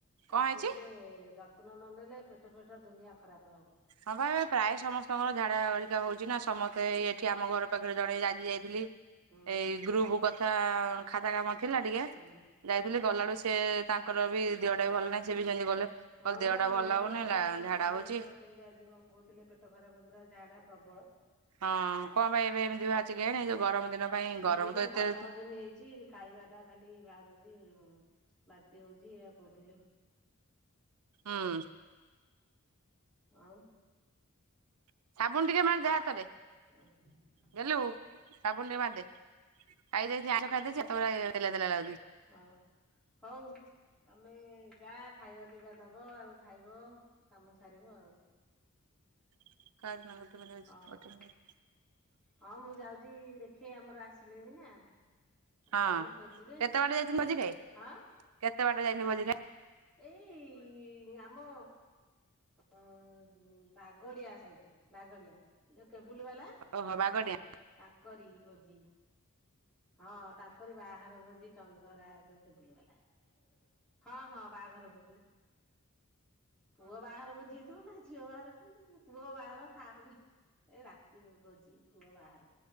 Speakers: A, in the centre; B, on the right.
A: ତାଙ୍କୁ
B: କଣ ହେଇଛି
A: ଟିକେ ଯତ୍ନ ନନେଲେ ପେଟ ଫେଟ ଦୁନିଆ ଖରାପ୍ ହବ।
B: ହଁ ପା ପ୍ରାୟ ସମସ୍ତଙ୍କର ଝାଡ଼ା ହରିକା ହଉଚି ନା ସମସ୍ତେ ଏଇଠି ଆମ ଘର ପାଖରେ ଜଣେ ଆଜି ଯାଇଥିଲି
A: ହୁଁ
B: ଏଇ ଗ୍ରୁପୁ କଥା ଖାତା କାମ ଥିଲା ଟିକେ
A: ହୁଁ
B: ଯାଇଥିଲି ଗଲାଠୁ ସେ ତାଙ୍କର ବି ଦିହଟା ବି ଭଲ ନାହିଁ ସେ ବି ସେମିତି ଗଲେ
A: ହଁ
B: କହିଲେ
A: ବା
B: ଦେହଟା
A: ମୋର
B: ଭଲ ଲାଗୁନି
A: ଆଉ ମୋ ଭାଉଜ
B: ଝାଡା ହଉଛି
A: ସେମିତି ଆଜି କଣ କହୁଥିଲେ ପେଟ ଖରାପ ପୁରା ଝାଡା ପ୍ରବଳ।
B: ହଁ କଣ ପାଇଁ ଏବେ ଏମିତି ବାହାରଚି କେଜାଣି ଏଯଉ ଗରମ ଦିନ ପାଇଁ
A: ସେ
B: ଗରମ
A: କହୁଥିଲେ
B: ତ ଏତେ
A: <unintelligible> ଖାଇବା ଟା ଖାଲି ବାହାରୁଚି ବାନ୍ତି ହଉଚି ଏଇଆ କହୁଥିଲେ।
B: ହଁ।
A: ଆଉ
B: <inaudible>
A: <inaudible>
B: <inaudible>
A: ହଁ- ହଉ ତମେ ଯା ଖାଇବା ପିଇବା ଦବ ଆଉ ଖାଇବ କାମ ସାରିବ ଆଉ।
B: <unintelligible>
A: ହଁ-
B: ଗୋଟେ ମିନିଟ୍
A: ହଁ ମୁଁ ଯାଉଚି ଦେଖି ଆମର ଆସିଲେଣି ନା।
B: ହଁ
A: ଆସିଲେ
B: କେତେ
A: ଖୋଜିବେ
B: ବାଟେ ଯାଇଚନ୍ତି ଭୋଜି ଖାଇ
A: ହଁ
B: କେତେ ବାଟ ଯାଇଚନ୍ତି ଭୋଜି ଖାଇ?
A: ଏଇ ଆମ ଅ- ବାଗଡିଆ ସାଇଟି ବାଗଡିଆ ଯଉ କେବୁଲୁ ବାଲା
B: ଓ ହଁ ବାଗଡିଆ।
A: ତାଙ୍କରି ଭୋଜି ହଁ ତାଙ୍କରି ବାହାର ଭୋଜି ଚନ୍ଦରା ଯଉ କେବୁଲୁ ବାଲା। ହଁ -ହଁ ବାହାଘର ଭୋଜିି- ପୁଅ ବାହାଘର ଭୋଜି ହେଇଥିବ ନା। ଝିଅ ବାହାଘର <unintelligible> ଏଇ ରାତି ଭୋଜି ପୁଅ ବାହାର।